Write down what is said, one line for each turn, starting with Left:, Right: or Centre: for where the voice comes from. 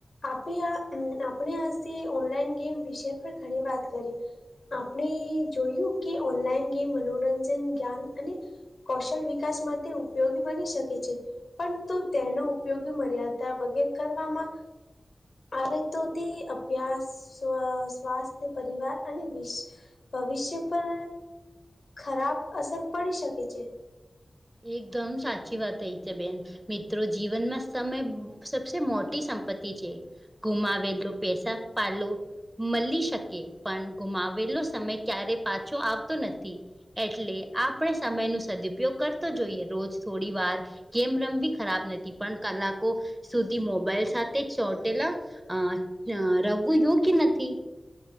Left: આપણે, આપણે આસે ઓનલાઈન ગેમ વિષ પર ઘણી વાત કરી. આપણે જોયું કે ઓનલાઈન ગેમ, મનોરંજન જ્ઞાન અને કૌશલ વિકાસ માટે ઉપયોગી બની શકે છે, પણ તો તેનો ઉપયોગી મર્યાદા ના વગેરે કરવામાં આવે તો, તે અભ્યાસ, સ્વાસ્થ્ય પરિવાર અને વિશ ભવિષ્ય પર ખરાબ અસર પડી શકે છે.
Right: એકદમ સાચી વાત થઈ છે, બેન. મિત્રો જીવનમાં સમય સબસે મોટી સંપત્તિ છે. ગુમાવેલું પેસા પાલું મળી શકે, પણ ગુમાવેલો સમય ક્યારે પાછો આવતો નથી. એટલે આપણે સમયનો સદઉપયોગ કર જોઈએ તો રોજ થોડી ગેમ રમબી ખરાબ નથી, પણ કલાકો સુધી મોબાઈલ સાથે ચોટેલા, અ રમવું યોગ્ય નથી.